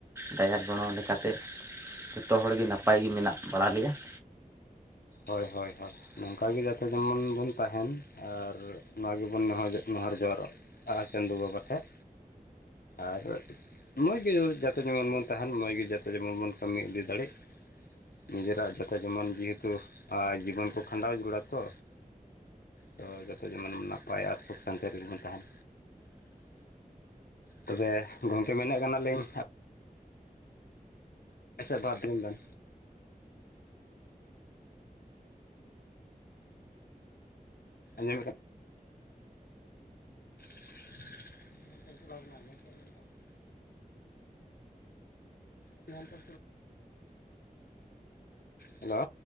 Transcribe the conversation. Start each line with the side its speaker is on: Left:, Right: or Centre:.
Right: ᱫᱟᱭᱟ ᱜᱚᱲᱚ ᱞᱮᱠᱟᱛᱮ ᱡᱷᱚᱛᱚ ᱦᱚᱲᱜᱮ ᱱᱟᱯᱟᱭᱜ ᱜᱮ ᱢᱮᱱᱟᱜ ᱵᱟᱲᱟ ᱞᱮᱭᱟ ᱾
Left: ᱦᱳᱭ ᱦᱳᱭ ᱦᱳᱭ ᱱᱚᱝᱠᱟ ᱜᱮ ᱡᱟᱛᱮ ᱡᱮᱢᱚᱱ ᱵᱚᱱ ᱛᱟᱦᱮᱱ ᱟᱨ ᱱᱚᱣᱟ ᱜᱮᱵᱚᱱ ᱱᱮᱦᱚᱨᱚᱜ ᱱᱚᱦᱚᱨ ᱡᱚᱦᱨᱚᱜᱼᱟ ᱪᱟᱸᱫᱚ ᱵᱟᱵᱟ ᱴᱷᱮᱡ ᱟᱨ ᱢᱚᱡᱽ ᱜᱮ ᱡᱟᱛᱮ ᱡᱮᱢᱚᱱ ᱵᱚᱱ ᱛᱟᱦᱮᱱ ᱢᱚᱡᱽ ᱜᱮ ᱡᱟᱛᱮ ᱡᱮᱢᱚᱱ ᱵᱚᱱ ᱠᱟᱹᱢᱤ ᱤᱫᱤ ᱫᱟᱲᱮᱜ ᱱᱤᱡᱮᱨᱟᱜ ᱡᱟᱛᱮ ᱡᱮᱢᱚᱱ ᱡᱮᱦᱮᱛᱩ ᱡᱤᱵᱚᱱ ᱠᱚ ᱠᱷᱟᱸᱰᱟᱣ ᱡᱟᱹᱨᱩᱲᱟ ᱛᱚ ᱛᱚ ᱡᱚᱛᱚ ᱡᱮᱢᱚᱱ ᱱᱟᱯᱟᱭᱟ ᱟᱨ ᱥᱩᱠ ᱥᱟᱱᱛᱮ ᱨᱮᱜᱮ ᱵᱚᱱ ᱛᱟᱦᱮᱱ᱾ ᱛᱚᱵᱮ ᱜᱚᱝᱠᱮ ᱢᱮᱱᱮᱫ ᱠᱟᱱᱟᱞᱤᱧ <unintelligible> ᱵᱟᱨ ᱫᱷᱮᱢ ᱜᱟᱱ ᱟᱸᱡᱚᱢ <inaudible> <inaudible> ᱦᱮᱞᱳ,